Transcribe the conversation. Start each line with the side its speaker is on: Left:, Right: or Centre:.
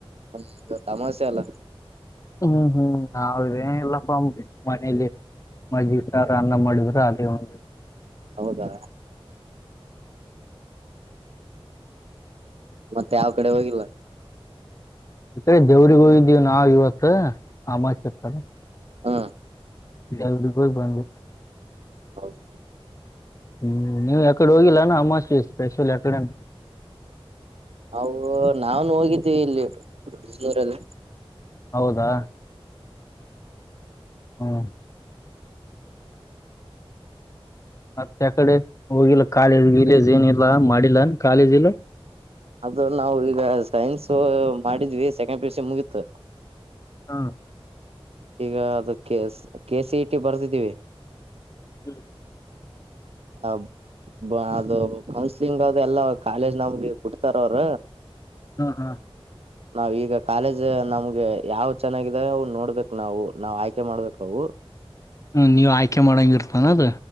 Right: ಹ್ಮ ಇ ಅಮಾಸ್ಯೆ ಅಲ್ಲ
Left: ಹ್ಮ್ ಹ್ಮ್ ನಾವೇಲ್ಲಪ್ಪ್ ಮನೇಲಿ ಮಜ್ಜಿಗೆ ಸಾರ ಅನ್ನ ಮಾಡಿದ್ರೆ ಅದೇ ಒಂದು
Right: ಹೌದಾ ಮತ್ತೆ ಯಾವ ಕಡೆ ಹೋಗಿಲ್ಲ
Left: ಈ ಕಡೆ ದೇವ್ರಗ ಹೋಗಿದ್ದೇವು ನಾವ್ ಇವತ್ತ ಅಮಾಸಿ ಚತಳ
Right: ಹೂ
Left: ದೇವರಿಗೆ ಹೋಗಿ ಬಂದ ಬಿಟ್ನಿ
Right: ಹೌದು
Left: ಹ್ಮ್ ನೀವು ಎಕಡೆ ಹೋಗಿಲ್ಲಾನ ಅಮಾವಾಸ್ಯೆ ಸ್ಪೆಷಲ್ಎಡೆ
Right: ನಾವು ನಾವು ನೂ ಹೋಗಿದ್ದೀವಿ ಇಲ್ಲಿ ಬೆಂಗಳೂರಲ್ಲಿ
Left: ಹೌದಾ ಹ್ಮ ಮತ್ತೆ ಯಕಡೆ ಹೋಗಿಲ್ಲ ಕಾಲೇಜ್ ವಿಲೇಜ್ ಏನಿಲ್ಲಾ ಮಾಡಿಲ್ಲ ಕಾಲೇಜ ಇಲ್ಲ
Right: ಅದು ನಾವವು ಈಗ ಸೈನ್ಸ ಮಾಡಿದ್ವಿ ಸೆಕೆಂಡ್ ಪ್ಲಸ ಮುಗೀತ
Left: ಹಾ
Right: ಈಗ ಅದು K K C E T ಬರ್ದಿದ್ದೀವಿ
Left: ಹ್ಮ್
Right: ಅ ಬ ಅದು ಕೌನ್ಸ್ಲಿಂಗ್ ಅ ಎಲ್ಲ ಕಾಲೇಜ್ ನಮ್ಗೆ ಬಿಡ್ತಾರ ಅವ್ರ
Left: ಹಾ ಹಾ
Right: ನಾವ್ ಈಗ ಕಾಲೇಜ್ ನಮ್ಗೆ ಯಾವ್ ಚೆನ್ನಾಗಿದಾವ ಅ ನೋಡ್ಬೇಕಕ್ ನಾವು ನಾವ್ ಆಯ್ಕೆ ಮಾಡ್ಬೇಕ ಅವು
Left: ಹ್ಮ ನೀವು ಆಯ್ಕೆ ಮಾಡಂಗ ಇರ್ತಾನ ಅದ